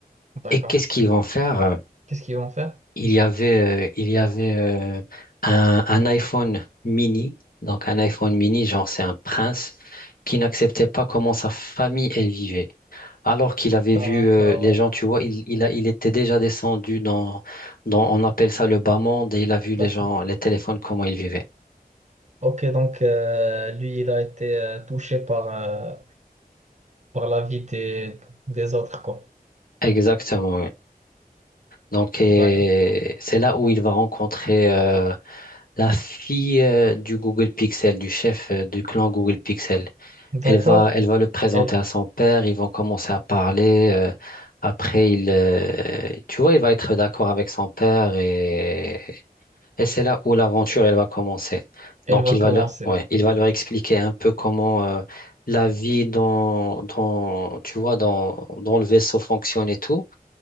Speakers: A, on the right (about 50°); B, on the left (about 65°).
A: D'accord.
B: Et qu'est-ce qu'ils vont faire?
A: Qu'est-ce qu'ils vont faire?
B: Il y avait, euh, il y avait euh, un, un iPhone mini, donc un iPhone mini, genre c'est un prince, qui n'acceptait pas comment sa famille elle vivait. Alors qu'il avait
A: D'accord,
B: vu euh, les gens, tu vois, il, il a, il était déjà descendu dans, dans, on appelle ça le bas monde, et il a vu les
A: d'accord.
B: gens, les téléphones, comment ils vivaient.
A: Ok, donc euh, lui, il a été euh, touché par, euh, par la vie des, des autres, quoi.
B: Exactement, oui. Donc, et
A: D'accord.
B: c'est là où il va rencontrer euh, la fille euh, du Google Pixel, du chef euh, du clan Google Pixel.
A: D'accord.
B: Elle va, elle va le présenter
A: Elle,
B: à son père, ils vont commencer à parler. euh, après, il, euh, tu vois, il va être d'accord avec son père et, et c'est là où l'aventure, elle va commencer.
A: elle
B: Donc,
A: va
B: il
A: commencer.
B: va leur, ouais, il va leur expliquer un peu comment euh, la vie dans, dans, tu vois, dans, dans le vaisseau fonctionne et tout.